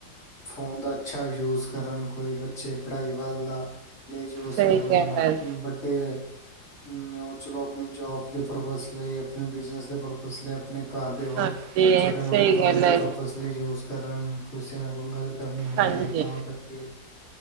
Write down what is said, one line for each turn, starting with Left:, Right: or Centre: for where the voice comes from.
Left: ਫੋਨ ਦਾ ਅੱਛਾ ਯੂਜ ਕਰਨ, ਕੋਈ ਬੱਚੇ ਪੜ੍ਹਾਈ ਵੱਲ ਦਾ ਲਈ ਯੂਸ
Right: ਸਹੀ
Left: ਕਰਨ,
Right: ਗੱਲ ਹੈ
Left: ਵੱਡੇ ਓ ਚਲੋ ਅਪਨੇ ਜੋਬ ਦੇ ਪਰਪਸ ਲਈ, ਅਪਨੇ ਬਿਜਨਸ ਦੇ ਪਰਪਸ ਲਈ। ਅਪਨੇ ਘਰ ਦੇ ਹੋਰ
Right: ਹਾਂਜੀ
Left: ਛੋਟੇ ਮੋਟੇ
Right: ਸਹੀ
Left: ਕੰਮ
Right: ਗੱਲ
Left: ਦੇ
Right: ਹੈ
Left: ਪਰਪਸ ਲਈ ਯੂਜ ਕਰਨ ਕਿਸੇ ਨਾਲ ਕੋਈ ਗੱਲ ਕਰਨੀ ਹੁੰਦੀ
Right: ਹਾਂਜੀ
Left: ਏ ਤਾਂ ਕਰਕੇ।